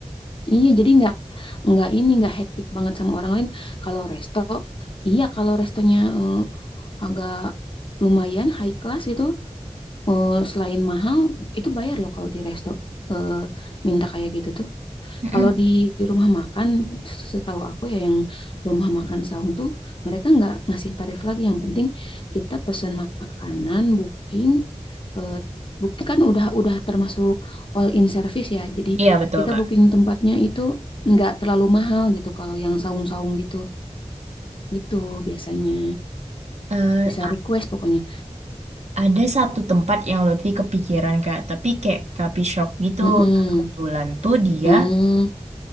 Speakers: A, on the left; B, on the right.
A: Iya, jadi nggak nggak ini nggak hektik banget sama orang lain. Kalau resto, iya kalau restonya eh, agak lumayan high class gitu Eh, selain mahal, itu bayar loh kalau di resto eh, minta kayak gitu tuh.
B: Mm-mm.
A: Kalau di rumah makan, setahu aku ya yang rumah makan saung tuh mereka nggak ngasih tarif lagi. Yang penting kita pesan makanan, booking, eh, booking kan udah udah termasuk all in service ya. Jadi
B: Iya, betul,
A: kita
B: Kak.
A: booking tempatnya itu nggak terlalu mahal gitu. Kalau yang saung-saung gitu, gitu biasanya
B: Eh,
A: bisa request pokoknya.
B: Ada satu tempat yang Lutfi kepikiran Kak, tapi kayak coffee shop gitu.
A: Mm-mm.
B: Nah, kebetulan tuh dia
A: Hmm,